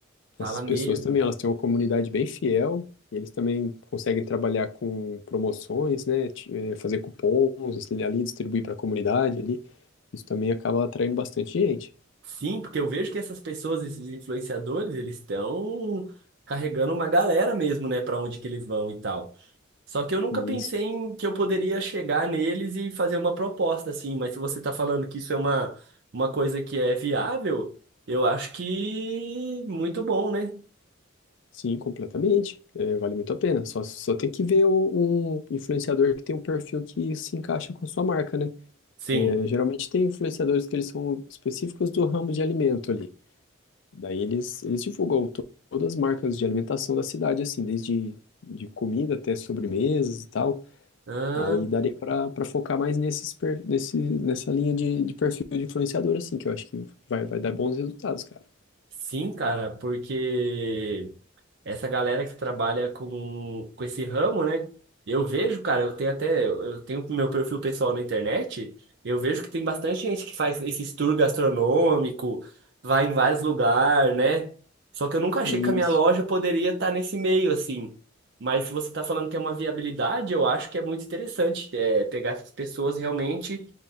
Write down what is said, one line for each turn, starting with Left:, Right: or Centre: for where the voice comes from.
Right: Fala
Left: Essas
Right: mesmo.
Left: pessoas também, elas têm uma comunidade bem fiel, e eles também conseguem trabalhar com promoções, né, ti- eh, fazer cupons, assim, ali distribuir para a comunidade ali. Isso também acaba atraindo bastante gente.
Right: Sim, porque eu vejo que essas pessoas, esses influenciadores, eles estão carregando uma galera mesmo, né, Para onde que eles vão e tal. Só que eu nunca
Left: E
Right: pensei
Left: isso,
Right: em que eu poderia chegar neles e fazer uma proposta assim, mas se você está falando que isso é uma, uma coisa que é viável, eu acho que muito bom, né?
Left: sim, completamente. Eh, vale muito a pena. Só, só tem que ver o- um influenciador que tem um perfil que se encaixa com a sua marca, né?
Right: Sim.
Left: Eh, geralmente tem influenciadores que eles são específicos do ramo de alimento ali. Daí eles, eles divulgou to- todas as marcas de alimentação da cidade, assim, desde de comida até sobremesas e tal.
Right: Ah,
Left: Aí daria para para focar mais nesses, per- nesse, nessa linha de, de perfil de influenciador, assim, que eu acho que vai, vai dar bons resultados, cara.
Right: sim, cara, porque essa galera que trabalha com, com esse ramo, né? Eu vejo, cara, eu tenho até, eu tenho meu perfil pessoal na internet, eu vejo que tem bastante gente que faz esses tour gastronômico, vai em vários lugares, né? Só que eu nunca achei
Left: Isso.
Right: que a minha loja poderia estar nesse meio, assim. Mas se você está falando que é uma viabilidade, eu acho que é muito interessante, é, pegar essas pessoas realmente